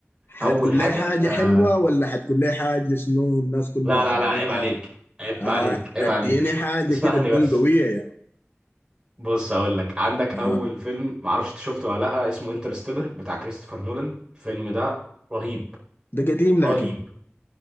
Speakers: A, on the left; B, on the right.
A: حتقول
B: اول حاجه
A: لي حاجه
B: آه
A: حلوه ولا حتقول لي حاجه شنو الناس كلها
B: لا
A: حضرتها
B: لا لا عيب عليك عيب
A: آه
B: عليك عيب
A: اديني
B: عليك
A: حاجه
B: اسمعني
A: كده تكون
B: بس
A: قويه يا مان
B: بص هقول لك عندك
A: اها
B: اول فيلم معرفش انت شفته ولا لا اسمه انترستيلر بتاع كريستوفر نولان الفيلم ده رهيب
A: ده قديم
B: رهيب
A: لكن